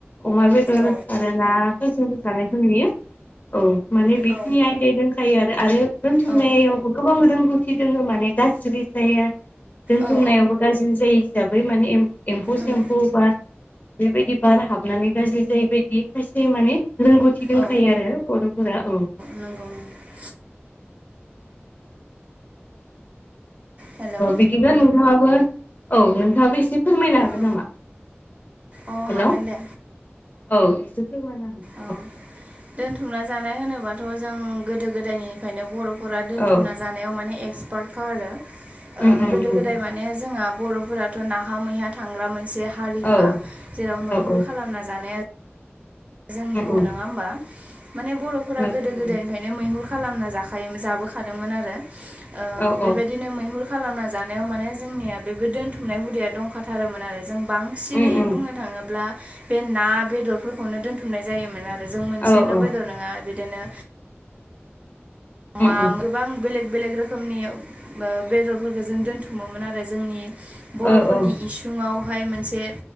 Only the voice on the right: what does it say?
औ
औ
औ
औ
उम
औ
नंगौ उम हेलौ
अ
अ
हागोन
दे
औ दोनथुमना जानाय होनोबाथ' जों गोदो गोदायनि बर'फोरा दोनथुमना
जानायाव माने एक्सपार्टखा आरो
गोदो
गोदाय माने माने जोंहा बर'फोराथ' नाहा मैया थांग्रा मोनसे हारिखा
जेराव मैहुर
खालामना जानाया जोंनि
बर'
नङा होमबा माने बर'फोरा
गोदो
गोदायनि ओंखायनो मैहुर खालामना जाखायोमोन जाबोखादोंमोन आरो
बेबायदिनो
मैहुर खालामना जानायाव माने जोंनिया बेबो दोनथुमनाय हुदाया दंखाथारोमोन आरो जों बां बांसिनै
बुंनो थाङोब्ला बे ना बेदरफोरखौनो दोनथुमनाय जायोमोन आरो आरो जों मोनसेल'
बेदर नङा बिदिनो मा
<inaudible> गोबां बेलेग बेलेग रोखोमनि बेदरफोरखौ जों दोनथुमोमोन आरो जोंनि बर'फोरनि
इसुङावहाय मोनसे